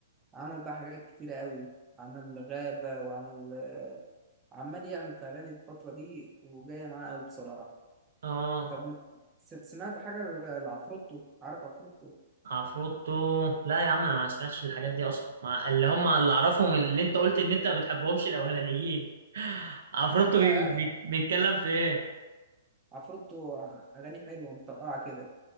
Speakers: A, on the right; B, on the right.
A: عمل بقى حاجات كتيرة قوي عمل غابة وعمل آه، عمال يعمل في أغاني الفترة دي وجاية معاه قوي بصراحة
B: آه
A: طب ما- س- سمعت حاجة ل- لعفروتو عارف عفروتو
B: عفروتو لا يا عم انا ما اسمعش الحاجات دي اصلا مع اللي هم اللي اعرفهم اللي انت قلت ان انت ما بتحبهمش الاولانيين عفروتو
A: يا
B: بي... بي... بيتكلم في ايه
A: عفروتو أغاني حلوة مطرقعة كده